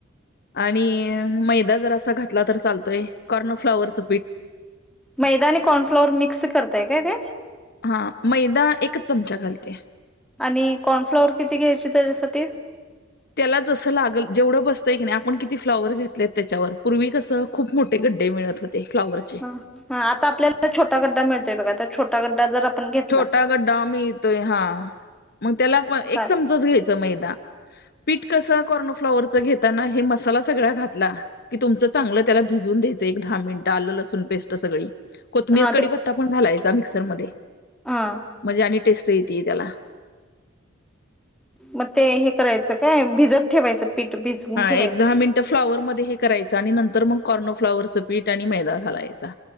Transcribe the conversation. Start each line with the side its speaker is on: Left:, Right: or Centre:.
Left: आणि मैदा जर असा घातला तर चालतोय कॉर्नफ्लाॉवरच
Centre: मैदा आणि कॉर्नफ्लॉवर मिक्स करताय काय ते?
Left: हा मैदा एकच चमचा घालते.
Centre: आणि कॉर्नफ्लॉवर किती घ्यायचे त्याच्यासाठी?
Left: त्याला जसं लागल जेवढं बसतंय की नाही आपण किती फ्लॉवर घेतलेत, त्याच्यावर पूर्वी कसं खूप मोठे गड्डे मिळत होते. फ्लॉवरचे
Centre: ह हा आता आपल्याला छोटा गड्डा मिळतोय, बघा तर छोटा गड्डा जर आपण घेतला
Left: छोटा गड्डा मिळतोय, हा मग त्यालाण
Centre: हा
Left: एक चमचाच घ्यायच मैदा. पीठ कसं कार्नफ्लॉवर घेताना हे मसाला सगळा घातला, की तुमच चांगलं त्याला भिजून द्यायचं एक दहा मिनटं आलं लसून पेस्ट सगळी कोतमिर
Centre: हा
Left: कडिपत्ता
Centre: ते
Left: पण घालायचा मिक्सर मध्ये
Centre: हा
Left: म्हणजे आणि टेस्ट येते त्याला.
Centre: <inaudible> मग ते हे करायचं काय? भिजत ठेवायचं पीठ भिजवून
Left: हा
Centre: ठेवायचं
Left: एक दहा
Centre: ते.
Left: मिनिटं फ्लाॉवर मध्ये हे करायचं आणि नंतर मग कॉर्नोफ्लाॉवर च पीठ आणि मैदा घालायचा.